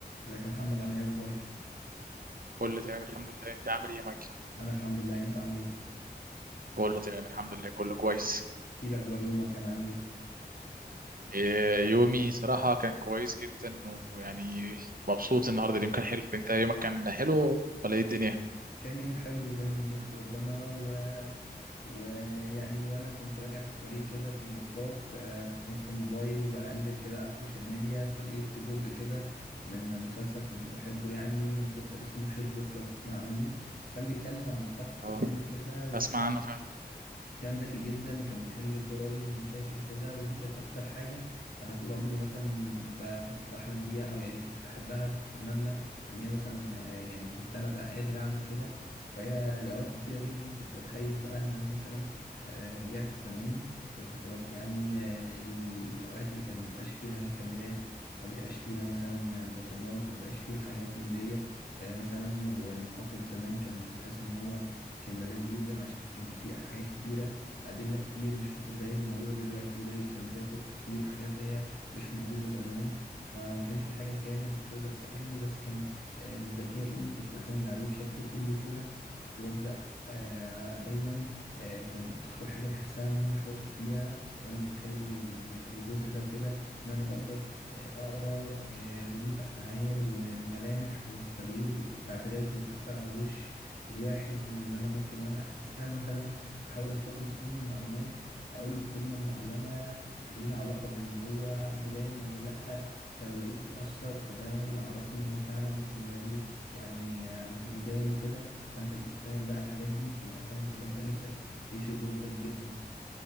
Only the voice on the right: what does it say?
كله تمام الحمد لله انت عامل ايه يا مايكل
كله تمام الحمد لله كله كويس
إيه، يومي صراحة كان كويس جدا ويعني مبسوط النهاردة اليوم كان حلو انت يومك كان حلو ولا ايه الدنيا
اه
اسمع عنه فعلا